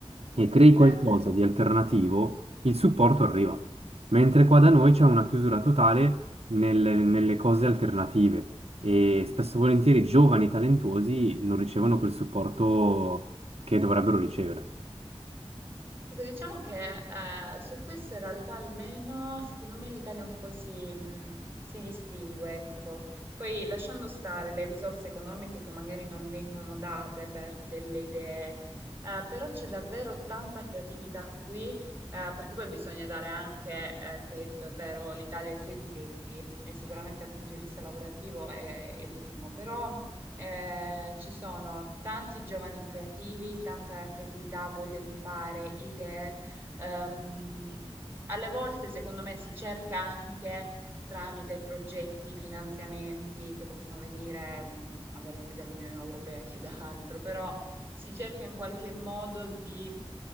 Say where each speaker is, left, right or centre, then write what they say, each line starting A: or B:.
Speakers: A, on the right; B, on the right.
A: e crei
B: vero.
A: qualcosa di alternativo, il supporto arriva. Mentre qua da noi c'è una chiusura totale nelle, nelle cose alternative e spesso e volentieri i giovani talentuosi non ricevono quel supporto che dovrebbero ricevere.
B: Ecco, diciamo che eh, su questo in realtà almeno secondo me l'Italia un po' si, mh, si distingue, ecco. Poi lasciando stare le risorse economiche che magari non vengono date per delle idee, eh, però c'è davvero tanta creatività qui, eh, perché poi bisogna dare anche eh, credito, è vero, l'Italia ha i suoi difetti e sicuramente dal punto di vista lavorativo è, è il primo, però... Eh, ci sono tanti giovani creativi, tanta creatività, voglia di fare, idee. Ehm, alle volte, secondo me, si cerca anche tramite progetti, finanziamenti che possono venire mh, magari più dall'Unione Europea che da altro, però si cerca in qualche modo di